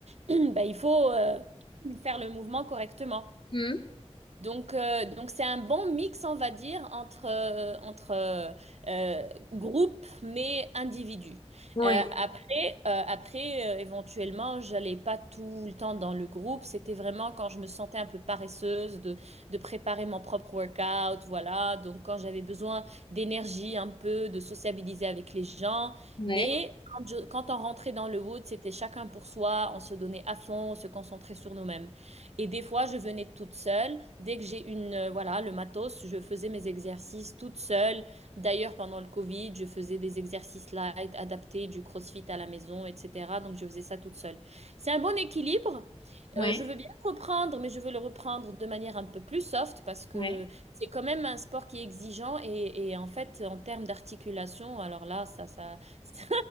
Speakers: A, on the right (about 70°); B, on the left (about 45°).
A: <clears throat> bah, il faut euh, faire le mouvement correctement.
B: Mmh.
A: Donc, euh, donc c'est un bon mix, on va dire, entre, euh, entre euh, euh, groupe mais individu.
B: Ouais.
A: Euh, après, euh, après euh, éventuellement, j'allais pas tout le temps dans le groupe. C'était vraiment quand je me sentais un peu paresseuse de, de préparer mon propre workout, voilà. Donc, quand j'avais besoin d'énergie un peu, de sociabiliser avec les gens.
B: Ouais.
A: Mais quand, je- quand on rentrait dans le wood, c'était chacun pour soi. On se donnait à fond, on se concentrait sur nous-mêmes. Et des fois, je venais toute seule. Dès que j'ai une, euh, voilà, le matos, je faisais mes exercices toute seule. D'ailleurs, pendant le Covid, je faisais des exercices light, adaptés, du CrossFit à la maison, etc. Donc, je faisais ça toute seule. C'est un bon équilibre.
B: Ouais.
A: Euh, je veux bien reprendre, mais je veux le reprendre de manière un peu plus soft parce que
B: Ouais.
A: c'est quand même un sport qui est exigeant et, et en fait, en termes d'articulation, alors là, ça, ça, <laughs> ça,